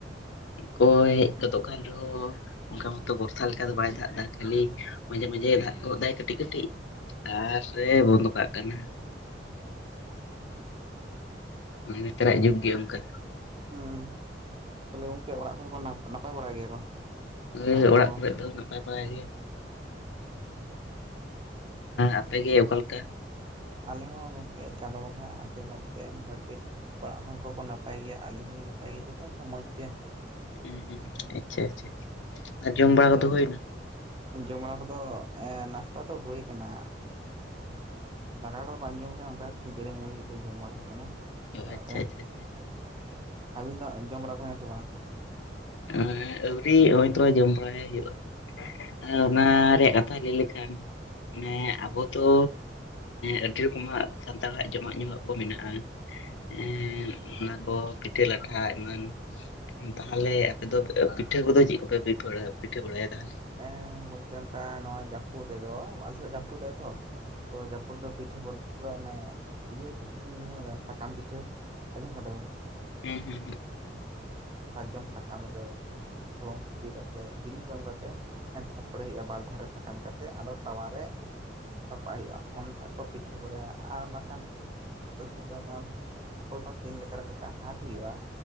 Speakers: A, on the left; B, on the right.
A: ᱠᱚ ᱦᱮᱡ ᱜᱚᱫᱚᱜ ᱠᱟᱱ ᱨᱮᱦᱚᱸ ᱚᱱᱠᱟ ᱢᱚᱛᱚ ᱵᱚᱨᱥᱟ ᱞᱮᱠᱟ ᱫᱚ ᱵᱟᱭ ᱫᱟᱜ ᱮᱫᱟ ᱠᱷᱟᱹᱞᱤ ᱢᱟᱡᱷᱮ ᱢᱟᱡᱷᱮ ᱫᱟᱜ ᱜᱚᱫ ᱫᱟᱭ ᱠᱟᱹᱴᱤᱡ ᱠᱟᱹᱴᱤᱡ ᱟᱨ ᱮ ᱵᱚᱱᱫᱚ ᱠᱟᱜ ᱠᱟᱱᱟ᱾
B: ᱚᱻ
A: ᱢᱟᱱᱮ ᱱᱮᱛᱟᱨᱟᱜ ᱡᱩᱜᱽ ᱜᱮ ᱚᱱᱠᱟ᱾
B: ᱦᱮᱸ ᱛᱟᱦᱞᱮ ᱜᱚᱝᱠᱮ ᱚᱲᱟᱜ ᱠᱚᱨᱮ ᱠᱚ ᱱᱟᱯᱟᱭ ᱵᱟᱲᱟ ᱜᱮᱭᱟ ᱠᱚ?
A: ᱦᱮᱸ
B: ᱦᱚᱲ
A: ᱚᱲᱟᱜ
B: ᱠᱚ
A: ᱠᱚᱨᱮ ᱫᱚᱼᱼ ᱱᱟᱯᱟᱭ ᱵᱟᱲᱟ ᱜᱮ ᱟᱯᱮᱜᱮ ᱚᱠᱟᱞᱮᱠᱟ?
B: ᱟᱞᱮ ᱦᱚᱸ ᱜᱚᱝᱠᱮ ᱪᱟᱸᱫᱳ ᱵᱚᱸᱜᱟ ᱟᱜ ᱟᱥᱤᱨᱵᱟᱫᱽ ᱛᱮ ᱢᱳᱚᱴᱟᱩᱴᱤ ᱚᱲᱟᱜ ᱦᱚᱲ ᱠᱚᱠᱚ ᱱᱟᱼᱼ ᱱᱟᱯᱟᱭ ᱜᱮᱭᱟ ᱟᱹᱞᱤᱧ ᱦᱚᱸᱞᱤᱧ ᱱᱟᱯᱟᱭ ᱜᱮᱭᱟ ᱡᱚᱛᱚ ᱠᱚ ᱢᱚᱡᱽ ᱜᱮᱭᱟ᱾
A: ᱦᱩᱸ ᱟᱪᱪᱷᱟ ᱟᱪᱪᱷᱟ ᱟᱨ ᱡᱚᱢ ᱵᱟᱲᱟ ᱠᱚᱫᱚ ᱦᱩᱭᱮᱱᱟ?
B: ᱡᱚᱢ ᱵᱟᱲᱟ ᱠᱚᱫᱚ ᱮᱸ ᱱᱟᱥᱛᱟ ᱫᱚ ᱦᱩᱭ ᱠᱟᱱᱟ ᱢᱟᱱᱮ ᱫᱟᱠᱟ ᱠᱚᱫᱚ ᱵᱟᱝ ᱡᱚᱢ ᱦᱳᱭ ᱠᱟᱱᱟ ᱚᱱᱠᱟ ᱠᱷᱟ. ᱡᱟᱹᱲᱤ ᱢᱩᱲᱤ ᱠᱚᱜᱮ ᱡᱚᱢ ᱵᱟᱲᱟ ᱦᱳᱭ ᱠᱟᱱᱟ ᱥᱮᱛᱟᱜ
A: ᱟᱪᱪᱷᱟ
B: ᱨᱮ
A: ᱟᱪᱪᱷᱟ
B: ᱦᱮᱸ ᱟᱹᱵᱤᱱᱟᱜ ᱡᱚᱢ ᱵᱟᱲᱟ ᱠᱚ ᱦᱩᱭᱱᱟ ᱥᱮ ᱵᱟᱝ?
A: ᱩᱸᱜ ᱟᱹᱣᱨᱤ ᱱᱚᱜᱼᱚᱭ ᱛᱚ ᱡᱚᱢ ᱵᱟᱲᱟᱭ ᱦᱩᱭᱩᱜᱼᱟ।
B: ᱦᱮᱸ
A: ᱚᱱᱟ ᱨᱮᱭᱟᱜ ᱠᱟᱛᱷᱟ ᱞᱟᱹᱭ ᱞᱮᱠᱷᱟᱱ ᱢᱟᱱᱮ ᱟᱵᱚ ᱫᱚ ᱟᱹᱰᱤ ᱨᱚᱠᱚᱢᱟᱜ ᱥᱟᱱᱛᱟᱲᱟᱜ ᱡᱚᱢᱟᱜ ᱧᱩᱣᱟᱜ ᱠᱚ ᱢᱮᱱᱟᱜᱼᱟ। ᱮᱸᱜ ᱚᱱᱟ ᱠᱚ ᱯᱤᱴᱷᱟᱹ ᱞᱟᱴᱷᱟ ᱮᱢᱟᱱ ᱛᱟᱞᱦᱮ ᱟᱯᱮ ᱫᱚ ᱯᱤᱴᱷᱟᱹ ᱠᱚᱫᱚ ᱪᱮᱫ ᱠᱚᱯᱮ ᱯᱤᱴᱷᱟᱹ ᱯᱤᱴᱷᱟᱹ ᱵᱟᱲᱟᱭᱟ ᱛᱟᱞᱦᱮ?
B: ᱮ ᱜᱚᱝᱠᱮ ᱚᱱᱠᱟ ᱱᱚᱣᱟ ᱡᱟᱹᱯᱩᱫ ᱨᱮᱫᱚ ᱟᱞᱮᱥᱮᱫ ᱡᱟᱹᱯᱩᱫᱟᱭ ᱛᱚ ᱡᱟᱹᱯᱩᱫ ᱨᱮᱫᱚ ᱯᱤᱼᱼ ᱚᱱᱮ ᱤᱭᱟᱹ ᱯᱤᱴᱷᱟᱹ ᱵᱤᱱ ᱧᱮᱞ ᱠᱟᱫᱟ ᱥᱟᱠᱟᱢ ᱯᱤᱴᱷᱟᱹ ᱟᱸᱡᱚᱢ ᱠᱟᱫᱟᱵᱤᱱ?
A: ᱦᱩᱸ ᱦᱩᱸ ᱦᱩᱸ।
B: ᱥᱟᱨᱡᱚᱢ ᱥᱟᱠᱟᱢ ᱨᱮ ᱦᱚᱞᱚᱝ ᱥᱤᱯᱤ ᱠᱟᱛᱮᱫ ᱪᱤᱱᱤ ᱠᱚ ᱮᱢ ᱠᱟᱛᱮ ᱮᱸ ᱛᱷᱟᱯᱲᱮ ᱦᱳᱭᱳᱜᱼᱟ ᱵᱟᱨ ᱫᱷᱟᱨᱮ ᱥᱟᱠᱟᱢ ᱠᱟᱛᱮᱜ ᱟᱫᱚ ᱛᱟᱣᱟᱨᱮ ᱨᱟᱯᱟᱜ ᱦᱩᱭᱩᱜᱼᱟ ᱚᱱᱟ ᱠᱚ ᱯᱤᱴᱷᱟᱹ ᱠᱚᱭᱟ ᱟᱨ ᱵᱟᱝᱠᱷᱟᱱ ᱟᱞᱮᱥᱮᱫ ᱫᱚ ᱱᱚᱣᱟ ᱫᱤᱱ ᱞᱮᱠᱟᱨᱮ ᱦᱟᱴ ᱦᱩᱭᱩᱜ-ᱟ